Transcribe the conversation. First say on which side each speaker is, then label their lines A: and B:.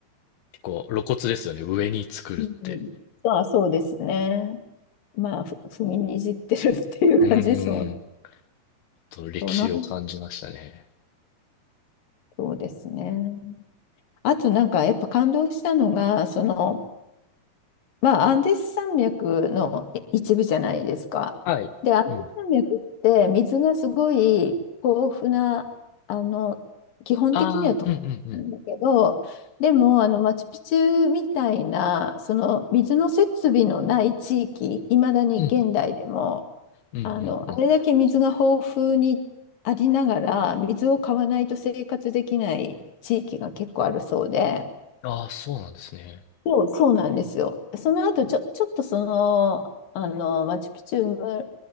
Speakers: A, on the left; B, on the left.
A: 結構露骨ですよね、上に作るって。
B: うん、あ、そうですね。まあ、ふ踏みにじってるっていう感じですもん。
A: うんうんと歴史を感じましたね。
B: そのそうですね。あとなんかやっぱ感動したのが、その、まあ、アンデス山脈のい一部じゃないですか。
A: はい。
B: で、アンデス山脈って水がすごい豊富な、
A: うん。
B: あの、基本的にはとなんだけど、
A: ああ、うんうんうん。
B: でも、あの、マチュピチュみたいな、その水の設備のない地域、いまだに現代でも、
A: うん。うんうんうん。
B: あの、あれだけ水が豊富にありながら、水を買わないと生活できない地域が結構あるそうで。
A: ああ、そうなんですね。
B: そう、そうなんですよ。その後、ちょ、ちょっとその、あの、マチュピチュ村、